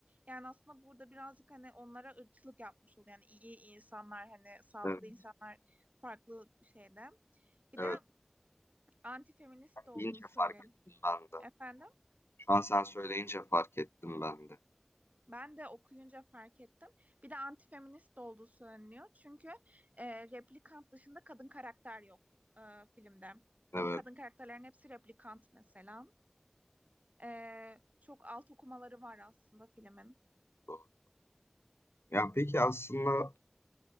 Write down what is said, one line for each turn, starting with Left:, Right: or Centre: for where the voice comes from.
Right: Yani aslında burada birazcık hani onlara ırkçılık yapmış oluyor. Yani iyi insanlar hani sağlıklı
Left: evet.
Right: insanlar farklı şeyde. Bir
Left: Evet,
Right: de antifeminist olduğu
Left: deyince
Right: söylen.
Left: fark ettim ben de.
Right: Efendim?
Left: Şu an sen söyleyince fark ettim ben de.
Right: Ben de okuyunca fark ettim. Bir de antifeminist de olduğu söyleniyor. Çünkü e, replikant dışında kadın karakter yok e, filmde.
Left: Evet,
Right: Kad- Kadın karakterlerin hepsi replikant mesela. E, çok alt okumaları var aslında filmin.
Left: doğru. Ya peki aslında